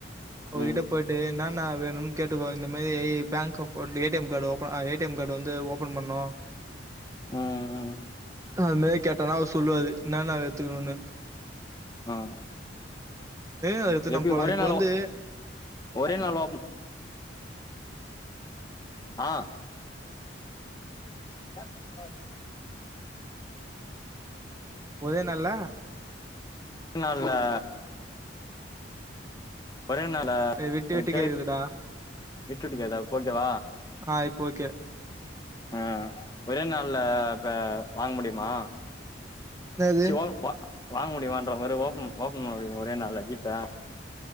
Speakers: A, on the right (about 15°); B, on the left (about 20°).
A: அவ்ருகிட்ட
B: ம்
A: போயிட்டு என்ன என்ன வேணுனு கேட்டுக்கோ இந்த மாரி bank account A T M card ஓப் ஏ டி எம் கார்டு வந்து ஓபன் பண்ணும்
B: உஹம் உஹம்
A: அது மேறி கேட்டனா அவ சொல்லுவாரு என்ன ந எத்துக்கணுன்னு
B: ஆஹ்
A: அத எடுத்து
B: எப்டி
A: நம்ம போலாம்.
B: ஒரே
A: இப்ப
B: நாள்ல
A: வந்து
B: ஒரே நாள்ல ஆஹ் காஸ் சொல்வ
A: ஒத நல்ல
B: னால ஒரே நாள்ல
A: விட்டு
B: அத
A: விட்டு
B: கே
A: கேக்குதுடா.
B: விட்டு விட்டு கேக்குதா இப்போ ஓகேவா
A: ஆஹ் இப்போ ஓகே
B: உஹம் ஒரே நாள்ல இப்ப வாங்க முடிமா
A: என்னது
B: சி வ வ வாங்க முடியுமான்றே பாரு ஓபன் ஓபன் பண்ண முடியுமா ஒரே நாள்ல ஜிப் பே